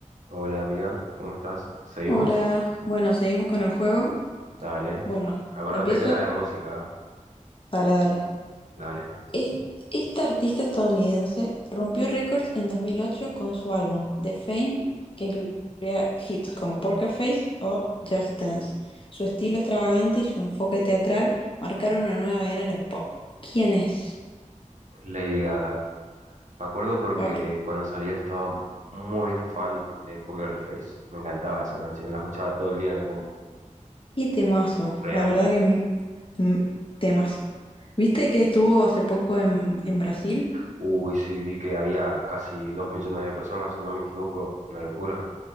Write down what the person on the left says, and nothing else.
Hola, bueno, seguimos con el juego.
Bueno,
empiezo.
Dale, dale.
Es- Esta artista estadounidense rompió récords en 2008 con su álbum The Fame, que incluía hits como Poker Face o Just Dance. Su estilo extravagante y su enfoque teatral marcaron una nueva era en el pop. ¿Quién es?
Buah,
Qué temazo,
la verdad que mm, mm, temazo. ¿Viste que estuvo hace poco en, en Brasil?